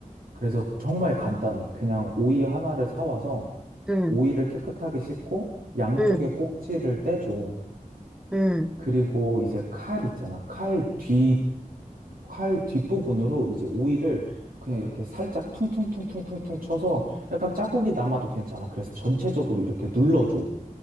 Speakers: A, on the right; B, in the centre.
A: 그래서 정말 간단해. 그냥 오이 하나를 사와서
B: 응,
A: 오이를 깨끗하게 씻고 양쪽에
B: 응,
A: 꼭지를 떼줘.
B: 응,
A: 그리고 이제 칼 있잖아. 칼 뒤, 칼 뒷부분으로 이제 오이를 그냥 이렇게 살짝 퉁퉁퉁퉁퉁퉁 쳐서 약간 자국이 남아도 괜찮아. 그래서 전체적으로 이렇게 눌러줘.